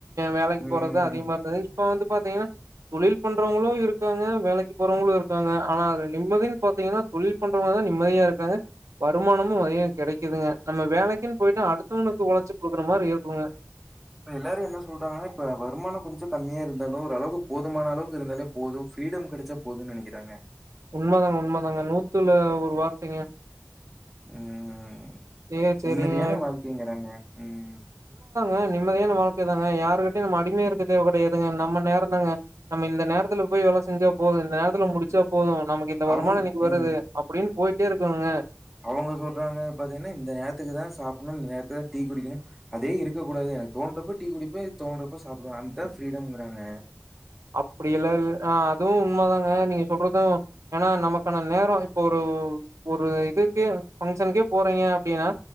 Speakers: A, on the right (about 80°); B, in the centre.
A: வேலைக்கு
B: ம்
A: போறது அதிகமா இருந்தது இப்ப வந்து பாத்தீங்கன்னா தொழில் பண்றவங்களும் இருக்காங்க வேலைக்கு போறவங்களும் இருக்காங்க ஆனா அது நிம்மதியின் பாத்தீங்கன்னா தொழில் பண்றவங்க தான் நிம்மதியா இருக்காங்க வருமானமும் வகையா கெடைக்குதுங்க நம்ம வேலைக்குன்னு போயிட்டா அடுத்தவனுக்கு ஒழச்சு குடுக்குற மாரி இருக் புவே
B: இப்ப எல்லாரு என்ன சொல்றாங்கன்னா இப்ப வருமானொ கொஞ்சொ கம்மியா இருந்தாலு ஒரு அளவுக் போதுமான அளவுக்கு இருந்தாலே போதும் ஃப்ரீடம் கெடச்சா போதுன் நெனைக்கிறாங்க
A: உண்ம தாங்க உண்ம தாங்க நூத்துல ஒரு வார்த்தைங்க
B: உம்
A: ஏ
B: நிம்மதியான
A: சேரிங்க
B: வாழ்க்கைங்கிறாங்க ம்
A: அ நிம்மதியான வாழ்க்கை தாங்க யாருகிட்டயு நம்ம அடிமையா இருக்க தேவ கெடையாதுங்க நம்ம நேரந்தாங்க நம்ம இந்த நேரத்துல போய் வேல செஞ்சா போது இந்த நேரத்துல முடிச்சா போது நமக்கு இந்த வருமானொ
B: அவுங்
A: இன்னைக்கு வருது
B: ம்
A: அப்பின்னு போயிட் இருக்கோங்க
B: அவங்க சொல்றாங்க பாத்தீங்கன்னா இந்த நேரத்துக்குதா சாப்புடணு இந்த நேரத்துலதா டீ குடிக்கணு அதே இருக்கக்க கூடாது எனக் தோன்றப்ப டீ குடிப்பே தோன்றப்ப சாப்புடுவே அந்தா ஃப்ரீடம்ங்கிறாங்க
A: அப்படி எல்லா இல் ஆஹ் அதுவும் உண்மதாங்க நீங்க சொல்றதும் ஏன்னா நமக்கான நேரம் இப்ப ஒரு ஒரு இதுக்கே ஃபங்க்ஷனுக்கே போறீங்க அப்படின்னா